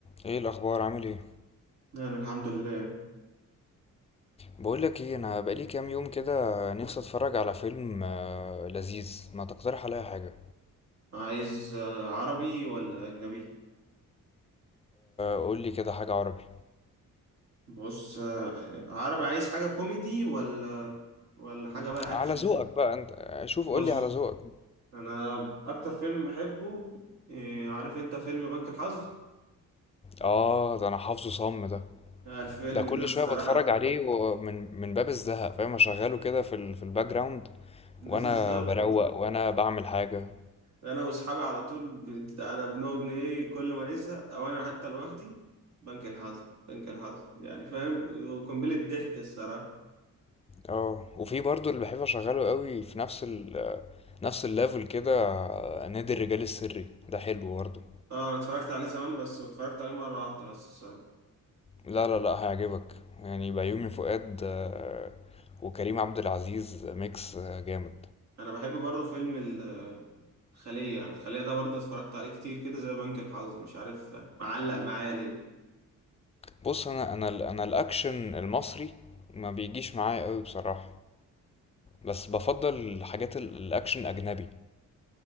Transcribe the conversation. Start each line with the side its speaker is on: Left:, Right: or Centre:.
Left: ايه الاخبار عامل ايه
Right: أنا الحمد لله
Left: بقول لك ايه انا بقالي كام يوم كده نفسي اتفرج على فيلم آه، لذيذ ما تقترح عليا حاجه
Right: عايز آه، عربي ولا أجنبي؟
Left: قول لي كده حاجه عربي
Right: بص آه، عربي عايز حاجة كوميدي ولا ولا حاجة بقى أكشن؟
Left: على ذوقك بقى انت آه، شوف
Right: بص
Left: قول لي على ذوقك
Right: أنا أكتر فيلم بحبه آه، عارف أنت فيلم بنك الحظ؟
Left: اه ده انا حافظه صم ده
Right: آه، الفيلم
Left: ده كل
Right: ده الصراحة
Left: شويه بتفرج عليه ومن من باب الزهق فاهم اشغله كده في ال- في الباك جراوند
Right: <laughs> بالظبط
Left: وانا بروق وانا بعمل حاجه
Right: أنا وأصحابي على طول بت- أنا بنقعد ن- إيه كل ما نزهق أو أنا حتى لوحدي بنك الحظ بنك الحظ يعني فاهم قنبلة ضحك الصراحة
Left: اه وفي برضو اللي بحب اشغله قوي في نفس ال نفس الليفل كده آه، نادي الرجال السري ده حلو برضه
Right: اه انا اتفرجت عليه زمان بس اتفرجت عليه مرة واحدة بس الصراحة
Left: لا لا لا هيعجبك يعني بيومي فؤاد آه، وكريم عبد العزيز ميكس آه، جامد
Right: انا بحب برضه فيلم ال- الخلية يعني الخلية ده برضه اتفرجت عليه كتير كده زي بنك الحظ مش عارف معلق معايا ليه
Left: بص انا انا ال- انا الاكشن المصري ما بيجيش معايا قوي بصراحة بس بفضل الحاجات ال- الاكشن اجنبي